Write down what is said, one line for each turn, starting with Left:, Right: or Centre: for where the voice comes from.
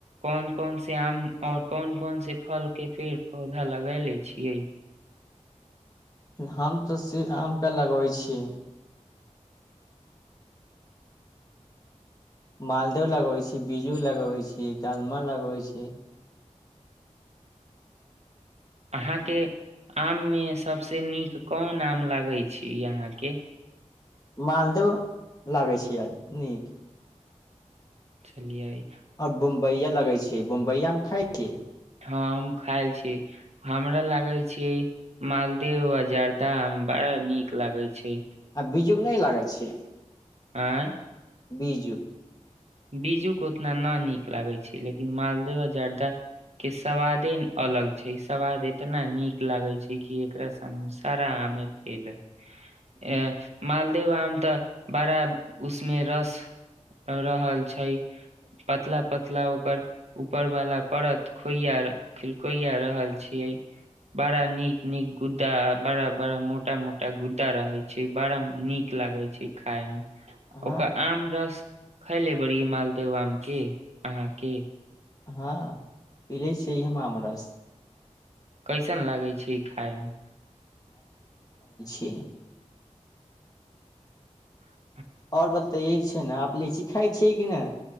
Right: कोन कोन से आम आऔर कोन कोन से फल के पेड़ पौधा लग ले छियै
Left: हम आम के लगै छी मालदह लगै छी बिजू लगबै छी मलमल लगबै छी
Right: अहाँके आममे सभसँ नीक कोन आम लागै छी अहाँके
Left: मालद लागै छैियै नीक
Right: खेलिए
Left: आओर बम्बइया लगै छै बमबया आम खाइ छी
Right: ह हम खाायल छी हमरा लागे छी मालदेह आ जर्दा बड़ा नीक लागे छै
Left: आ बीजुक नहि लागै छै
Right: आँ
Left: बीजु
Right: बीजू के उतना न नीक लागे छै लेकिन मालदेव आ जार्दा के सवादे अलग छै सवाद इतना नीक लागै छै कि एकरा सामने सारा आमे फेलै अ मालदेव आम तऽ बड़ा उसमे रस रहल छै पतला पतला ओकर ऊपर वाला परत खोइय खोइया रहल छियै बड़ा नीक नीक गुद्दा बड़ा बड़ा मोटा मोट एकटा गुद्दा रहै छै छै बड़ा नीक लागै छै खााय मे
Left: हँ
Right: ओकर आम रस खाई लेब बड़ मालदह आम के अहाँ के
Left: हँ पिले छियै हमरस
Right: कैसन लागै छै ई खायमे
Left: क <inaudible>
Right: ह
Left: आर बताताय छै ने आ लीच खाइ छियै कि नहि